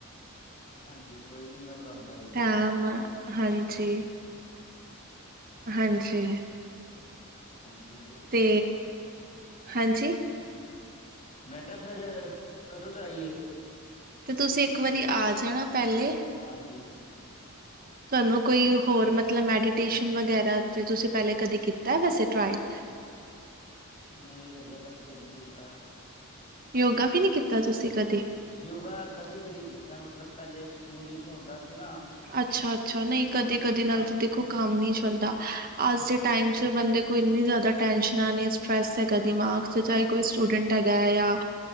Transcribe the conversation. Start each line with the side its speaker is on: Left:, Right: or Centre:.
Left: ਹਾਂਜੀ ਕੋਈ ਨੀ, ਮੈਂ ਤੁਹਾਨੂੰ ਦੱਸ ਦਿਆਂਗਾ
Right: ਟਾਇਮ, ਹਾਂਜੀ। ਹਾਂਜੀ।
Left: ਹਾਂਜੀ, ਬਿਲਕ
Right: ਤੇ, ਹਾਂਜੀ!
Left: ਮੈਂ ਕਿਹਾ ਫੇਰ, ਕਦੋਂ ਤੋਂ ਆਈਏ?
Right: ਤੇ ਤੁਸੀਂ ਇੱਕ ਵਾਰੀ ਆ ਜਾਣਾ, ਪਹਿਲੇ।
Left: ਹਾਂਜੀ।
Right: ਤੁਹਾਨੂੰ ਕੋਈ ਹੋਰ ਮਤਲਬ ਮੈਡੀਟੇਸ਼ਨ ਵਗੈਰਾ, ਤੇ ਤੁਸੀਂ ਪਹਿਲੇ ਕਦੇ ਕੀਤਾ ਵੈਸੇ ਟ੍ਰਾਏ
Left: ਨਹੀਂ, ਹਲੇ ਤੱਕ ਤੇ ਨਹੀਂ ਕੀਤਾ।
Right: ਯੋਗਾ ਵੀ ਨੀ ਕੀਤਾ ਤੁਸੀ ਕਦੀ?
Left: ਯੋਗਾ ਕਦੀ-ਕਦੀ ਕੀਤਾ, ਮਤਲਬ ਪਹਿਲੇ ਸਕੂਲ ਵਿੱਚ ਹੁੰਦਾ ਸੀ ਨਾ
Right: ਅੱਛਾ-ਅੱਛਾ, ਨਹੀਂ ਕਦੀ-ਕਦੀ ਨਾਲ
Left: ਤਾਂ
Right: ਤੇ ਦੇਖੋ ਕੰਮ ਨੀ ਚੱਲਦਾ, ਅੱਜ
Left: ਹਾਂਜੀ
Right: ਦੇ ਟਾਈਮ
Left: ਹਾਂਜੀ
Right: ਚ ਬੰਦੇ ਕੋਈ ਇੰਨੀ ਜ਼ਿਆਦਾ ਟੈਨਸ਼ਨਾ ਨੇ, ਸਟ੍ਰੈੱਸ ਹੈਗਾ ਦਿਮਾਗ ਚਾਹੇ ਕੋਈ ਸਟੂਡੇਂਟ
Left: ਹਾਂਜੀ
Right: ਹੈਗਾ ਯਾ,